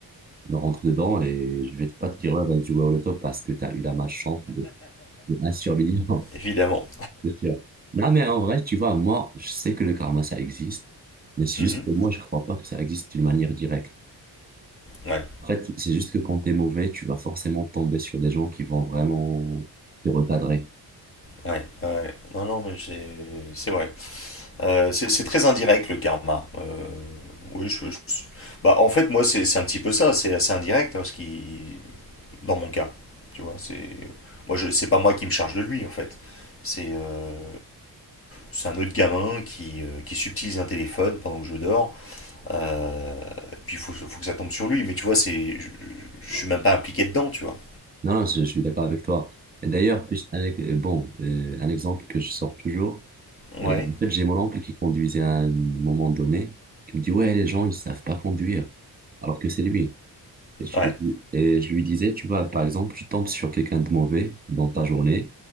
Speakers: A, on the right; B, on the left.
A: me rentre dedans et je vais pas te dire, ouais, vas-y jouer au loto parce que tu as eu la malchance de, de un survivant.
B: évidemment.
A: <laughs> C'est sûr. Non, mais en vrai, tu vois, moi, je sais que le karma, ça existe. Mais c'est
B: Mhm.
A: juste que moi, je crois pas que ça existe d'une manière directe.
B: Ouais,
A: En fait, c'est juste que quand t'es mauvais, tu vas forcément tomber sur des gens qui vont vraiment te recadrer.
B: ouais, ouais. Non, non, mais c'est c'est vrai. Euh, c'est c'est très indirect le karma. Euh, oui, je, je- Bah, en fait, moi, c'est c'est un petit peu ça. C'est assez indirect hein, ce qui. dans mon cas. Tu vois, c'est moi je c'est pas moi qui me charge de lui en fait. C'est euh, c'est un autre gamin qui, euh, qui subtilise un téléphone pendant que je dors. Euh, puis il faut, faut que ça tombe sur lui, mais tu vois, c'est je, je suis même pas impliqué dedans, tu vois.
A: Non, non, je, je suis d'accord avec toi. Et d'ailleurs, juste un, ex- euh, bon, euh, un exemple que je sors toujours.
B: Ouais,
A: euh, en fait, j'ai mon oncle qui conduisait à un moment donné, qui me dit, ouais, les gens, ils savent pas conduire, alors que c'est lui. Et je,
B: ouais,
A: et je lui disais, tu vois, par exemple, tu tombes sur quelqu'un de mauvais dans ta journée